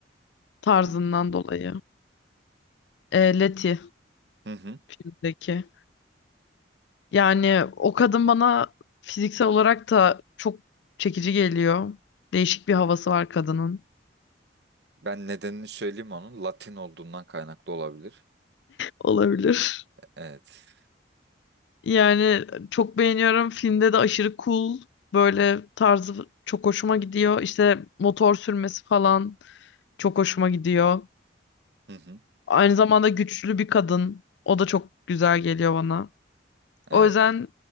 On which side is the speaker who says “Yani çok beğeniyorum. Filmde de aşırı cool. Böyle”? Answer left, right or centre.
Left